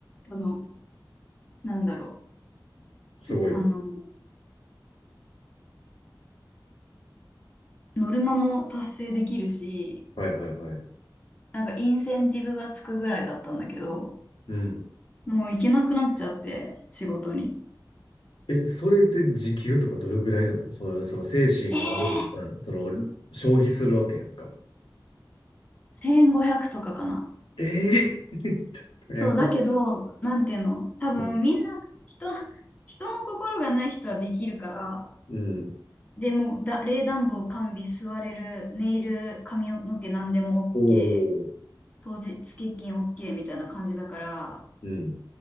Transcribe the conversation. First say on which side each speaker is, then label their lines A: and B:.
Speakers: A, on the left; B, on the left.
A: その、なんだろ
B: すごいな。
A: う。あの、ノルマも達成できるし、
B: はいはいはい。
A: なんかインセンティブがつくぐらいだったんだけど、
B: うん。
A: もう行けなくなっちゃって、仕事に。
B: え、それで時給とかどれぐらいなのその、その精神をある意味、
A: ええ
B: うんその、消費するわけやんか。
A: 1500とかかな。
B: ええ <laughs> ちょっと安い。
A: そう、だけど、なんていうの、多分みんな人、
B: うん。
A: <laughs> 人の心がない人はできるから、
B: うん
A: でもうだ、冷暖房完備、座れる、ネイル、髪の毛何でも
B: おー
A: OK、当日欠勤 OK みたいな感じだから、
B: うん。